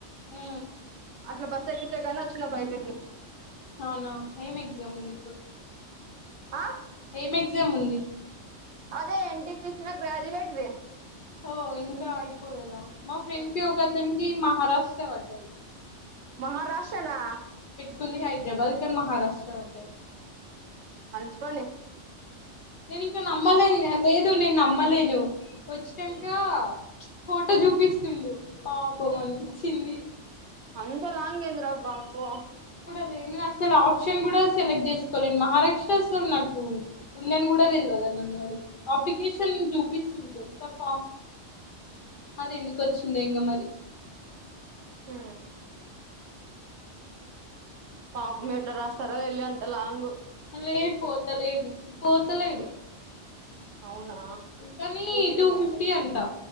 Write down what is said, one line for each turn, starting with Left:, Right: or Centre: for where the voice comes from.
Left: మ్
Right: అట్లా బస్ ఎక్కితే గాని ఒచ్చి నా బైక్ ఎక్కింది
Left: అవునా ఏం ఎగ్జామ్ ఉంది ఇప్పుడు
Right: ఆ
Left: ఏం ఎగ్జామ్ ఉంది
Right: అదే ఎన్టిపీసీ లో గ్రాడ్యూవేట్ ది
Left: ఓ ఇంకా అయిపోలేదా మా ఫ్రెండ్కి ఒక్కతనకి మహారాష్ట బడ్డది
Right: మహారాష్ టనా
Left: కొన్ని హైదరాబాద్ కానీ మహారాష్ట్ర పడ్డది
Right: మంచిపని
Left: నేను ఇంకా నమ్మలేను లేదు నేను నమ్మలేను వచ్చినాంక ఫోటో చూపిస్తుండు పాపం అనిపించింది
Right: అంత లాంగ్ ఏంద్రా బాబ్బు
Left: రేయ్ నేన్ అసలు ఆప్షన్ కూడా సెలెక్ట్ చేసుకోలేనూ మహారాష్ట్ర అసలు నాకు ఉందని కూడా తెళవదు అని అన్నాడు. అప్లికేషన్ చూపిస్తుంది తెలుసా ఫామ్ అది ఎందుకు వచ్చిందొ ఇంకా మరి.
Right: ఆ పాపం ఎట్లా రాస్తారో యెల్లి అంతలాంగ్
Left: లే పోతలేడు పోతలేడు
Right: అవునా
Left: ఇంకానీ టూ ఫిఫ్టీ అంటా